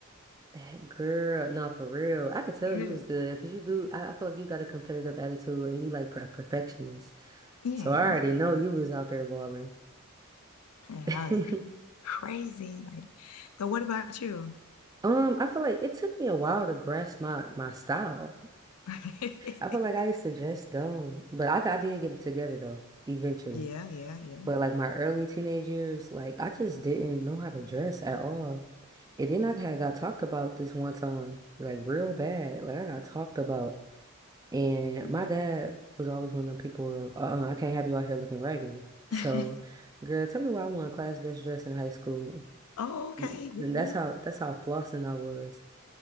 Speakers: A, on the right; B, on the left.
A: <laughs> Girl, no, for real. I could tell
B: <laughs>
A: you was good because you do. I, I feel like you got a competitive attitude and you like per perfectionist.
B: Yeah.
A: So
B: Yeah,
A: I already know you was out there balling.
B: I
A: <laughs>
B: was crazy. Like, so what about you?
A: Um, I feel like it took me a while to grasp my my style.
B: <laughs>
A: I feel like I used to dress dumb, but I, got- I did get it together though, eventually.
B: Yeah, yeah, yeah.
A: But like my early teenage years, like I just didn't know how to dress at all. And then I had got talked about this one time, like real bad. Like I got talked about. And
B: Yeah.
A: my dad was always one of them people of, uh-uh, I can't have you out here looking raggedy. So,
B: <laughs>
A: girl, tell me why I won class best dress in high school.
B: Oh, okay.
A: Mm,
B: Woo,
A: that's
B: woo.
A: how that's how flossing I was.